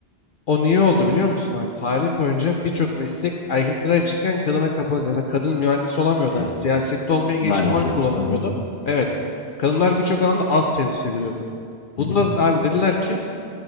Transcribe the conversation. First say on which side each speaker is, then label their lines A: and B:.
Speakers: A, on the left (about 55°); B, on the left (about 85°).
A: O niye oldu biliyor musun abi? Tarih boyunca birçok meslek erkeklere açıkken kadına kapalıydı. Mesela kadın mühendis olamıyordu
B: Evet,
A: abi. Siyasette olmayı
B: maalesef.
A: geçtim oy kullanamıyordu.
B: Hı hı,
A: Evet. Kadınlar birçok alanda az temsil ediliyordu. Bunda
B: hı hı.
A: da abi dediler ki